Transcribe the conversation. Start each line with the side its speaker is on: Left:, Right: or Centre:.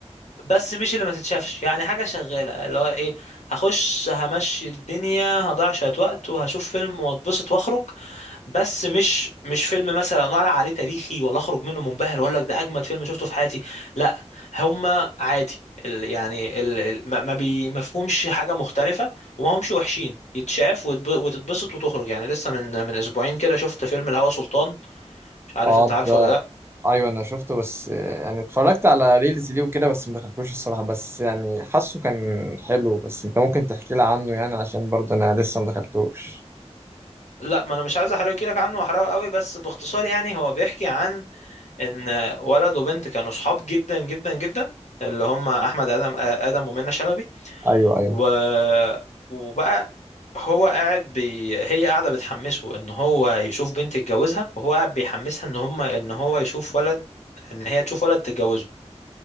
Left: بس مش اللي ما تتشافش يعني حاجة شغالة اللي هو ايه هخش همشي الدنيا هضيع شوية وقت وهشوف فيلم واتبسط واخرج بس مش مش فيلم مثلا ولا عليه تاريخي ولا اخرج منه منبهر ولا ده اجمد فيلم شفته في حياتي لا هما عادي ال- يعني ال- ال- ما ما بي ما فيهمش حاجة مختلفة وما همش وحشين يتشاف وتب- وتتبسط وتخرج يعني لسه من من اسبوعين كده شفت فيلم الهوى سلطان
Right: <laughs>
Left: مش عارف
Right: أقعد
Left: انت عارفه ولا لا
Right: ايوه انا شفته بس آه، يعني اتفرجت على ريلز ليه وكده بس ما دخلتوش الصراحه بس يعني حاسه كان حلو بس انت ممكن تحكي لي عنه يعني علشان برضه انا لسه ما دخلتوش
Left: لا ما انا مش عايز احرق لك عنه واحرقه قوي بس باختصار يعني هو بيحكي عن ان ولد وبنت كانوا صحاب جدا جدا جدا اللي هم احمد ادم ادم ومنى شلبي
Right: ايوه ايوه
Left: و... وبقى هو قاعد بي... هي قاعده بتحمسه ان هو يشوف بنت يتجوزها وهو قاعد بيحمسها ان هم ان هو يشوف ولد ان هي تشوف ولد تتجوزه